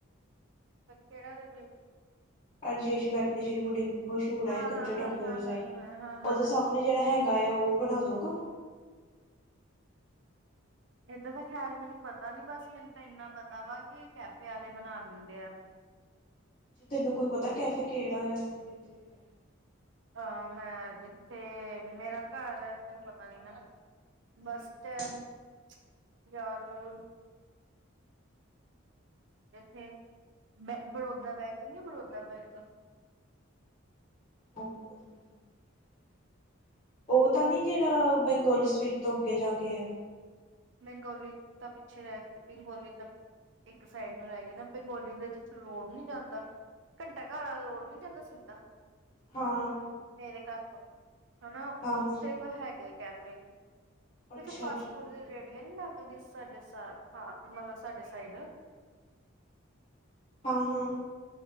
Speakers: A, on the right; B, on the left.
A: ਕਿਹੜਾ ਰਜੇਸ਼?
B: ਅਰਜੇਸ਼ ਬੇਕਰੀ ਜਿਹੜੀ ਬੜੀ ਮਸ਼ਹੂਰ ਐ
A: ਹਾਂ
B: ਕੱਚੇ
A: ਹਾਂ ਹਾਂ
B: ਟੋਭੇ
A: ਹਾਂ
B: ਵਾਲੀ
A: ਹਾਂ
B: ਸਾਈਡ,
A: ਹਾਂ ਹਾਂ ਹਾਂ
B: ਉਹਦੇ
A: ਹਾਂ
B: ਸਾਹਮਣੇ ਜਿਹੜਾ ਹੈਗਾ ਗਾ ਆ ਉਹ ਬਣਾ ਦਉਗਾ।
A: ਏਦਾ ਤਾ ਖੈਰ ਮੈਨੂੰ ਪਤਾ ਨੀ ਬਸ ਮੈਨੂੰ ਤਾ ਇੰਨਾ ਪਤਾ ਵਾ ਕਿ ਕੈਫੇ ਆਲੇ ਬਣਾ ਦਿੰਦੇ ਐ।
B: ਤੇ ਤੈਨੂੰ ਕੋਈ ਪਤਾ ਕੈਫੇ ਕਿਹੜਾ ਆ ਇੱਥੇ ਕਿਤੇ?
A: ਅਮ ਮੈਂ ਜਿੱਥੇ ਮੇਰਾ ਘਰ ਤੈਨੂੰ ਪਤਾ ਨੀ ਨਾ,
B: ਹੂੰ
A: ਬਸ ਸਟੈਂਡ ਚ ਯਾਰ। <inaudible> ਇੱਥੇ ਮੈਂ ਬਰੋਦਾ ਬੈਂਕ ਨੀ ਐ ਬਰੋਦਾ ਬੈਂਕ
B: ਉਹ ਨੀ ਪਤਾ ਮੈਨੂੰ <inaudible> ਉਹ ਤਾ ਨੀ ਜਿਹੜਾ ਬੰਗੋਲੀ ਸਵੀਟ ਤੋ ਅੱਗੇ ਜਾ ਕੇ ਐ।
A: ਬੇਗੋਂਲੀ ਤਾ ਪਿੱਛੇ ਰਹਿ ਗਿਆ ਬੇਗੋਂਲੀ ਤਾ ਇੱਕ ਸਾਈਡ ਨੂੰ ਰਹਿ ਗਿਆ ਨਾ ਬਗੋਂਲੀ ਦਾ ਜਿੱਥੇ ਰੋਡ ਨੀ ਜਾਂਦਾ। ਘੰਟਾ ਘਰ ਆਲਾ ਰੋਡ ਨੀ ਜਾਂਦਾ ਸਿੱਧਾ ਹੂੰ
B: ਹਾਂ
A: ਮੇਰੇ ਘਰ ਤੋ ਹਨਾ
B: ਹਾਂ ਹਾਂ
A: ਉੱਥੇ
B: ਹਾਂ
A: ਕ ਹੈਗੇ ਕੈਫੇ
B: ਅੱਛਾ
A: ਜਿੱਥੇ ਫਾਸਟ
B: ਅੱਛਾ
A: ਫੂਡ
B: ਠੀਕ
A: ਦੀ
B: ਹੈ
A: ਰੇਹੜੀਆ ਨੀ ਲਗਦੀ ਸੀ। ਸਾਡੇ ਸਾ ਹਾਂ ਮਤਲਬ ਸਾਡੇ ਸਾਈਡ
B: ਆ ਹਾਂ